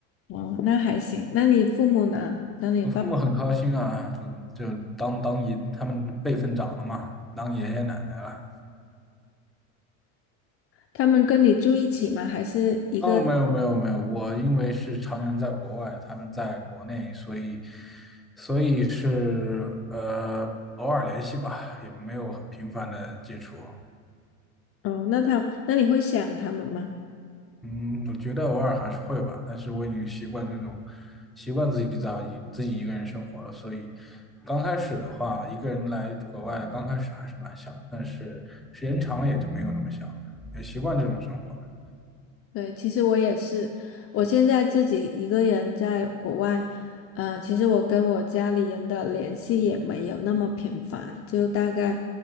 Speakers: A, on the left; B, in the centre.
A: 哦，那还行。那你父母呢？像你爸，
B: 我父母很高兴啊，就就当当爷，他们辈分长了嘛，当爷爷奶奶了。
A: 他们跟你住一起吗？还是一个？
B: 哦，没有没有没有，我因为是常年在国外，他们在国内，所以所以是呃偶尔联系吧，也没有很频繁的接触。
A: 哦，那他，那你会想他们吗？
B: 嗯，我觉得偶尔还是会吧，但是我已经习惯这种，习惯自己在一自己一个人生活了，所以刚开始的话，一个人来国外，刚开始还是蛮想的但是时间长了也就没有那么想了，也习惯这种生活了。
A: 对，其实我也是，我现在自己一个人在国外，呃，其实我跟我家里人的联系也没有那么频繁，就大概